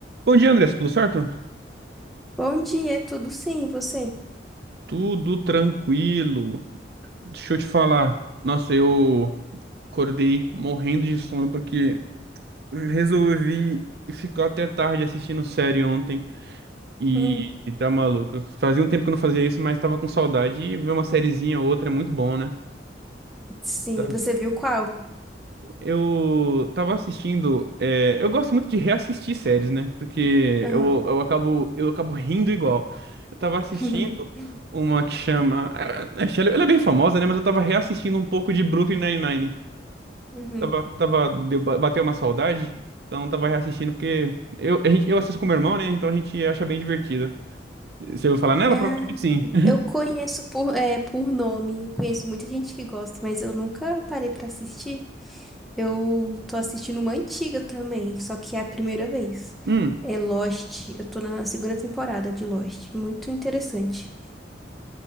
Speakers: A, on the right; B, in the centre.
A: Bom dia, André, tudo certo?
B: Bom dia, tudo sim, você?
A: Tudo tranquilo. Deixa eu te falar. Nossa, eu acordei morrendo de sono porque resolvi ficar até tarde assistindo série ontem e,
B: Hum,
A: e tá maluco. Fazia um tempo que eu não fazia isso, mas tava com saudade e ver uma sériezinha ou outra é muito bom, né?
B: sim,
A: Tá.
B: você viu qual?
A: Eu tava assistindo. é, eu gosto muito de reassistir séries, né? Porque
B: Aham.
A: eu, eu acabo, eu acabo rindo igual. Eu tava assistindo
B: <laughs>
A: uma que chama. é, é, Ela ela é bem famosa, né? Mas eu tava reassistindo um pouco de Brooklyn Nine-Nine.
B: Uhum.
A: Tava, tava, deu, ba- bateu uma saudade. Então tava reassistindo porque eu, a gente, eu assisto com meu irmão, né? Então a gente acha bem divertida. Você ouviu falar nela?
B: Ah,
A: Provavelmente sim. <laughs>
B: eu conheço por, é, por nome, eu conheço muita gente que gosta, mas eu nunca parei pra assistir. Eu tô assistindo uma antiga também, só que é a primeira vez.
A: Hum.
B: É Lost, eu tô na segunda temporada de Lost, muito interessante.